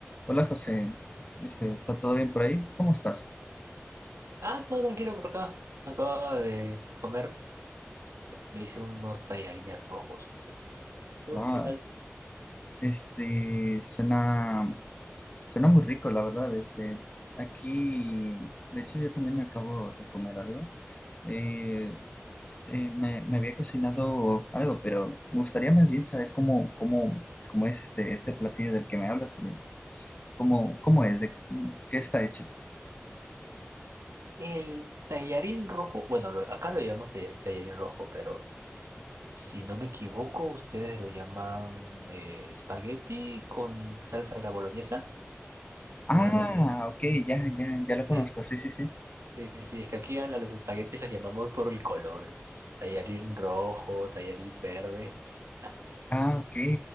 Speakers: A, on the left; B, on the right.
A: Hola José, este, ¿está todo bien por ahí? ¿Cómo estás?
B: Ah, todo tranquilo por acá. Acaba de comer. Me hice unos tallarines rojos. ¿Y tú
A: Wow,
B: qué tal?
A: este, suena, suena muy rico, la verdad, este, aquí, de hecho yo también acabo de comer algo, Eh, eh, me, me había cocinado algo, pero me gustaría más bien saber cómo, cómo, cómo es este, este platillo del que me hablas, eh, cómo, cómo es, de qué está hecho.
B: El tallarín rojo, bueno, lo- acá lo llamamos tallar- tallarín rojo, pero si no me equivoco, ustedes lo llaman eh, espagueti con salsa a la boloñesa
A: Ah,
B: o algo similar.
A: ok, ya, ya, ya lo
B: Sí,
A: conozco, sí, sí, sí.
B: sí, sí, es que aquí a, la- los espaguetis los llamamos por el color. eh. Tallarín rojo, tallarín verde. <laughs>
A: Ah, ok,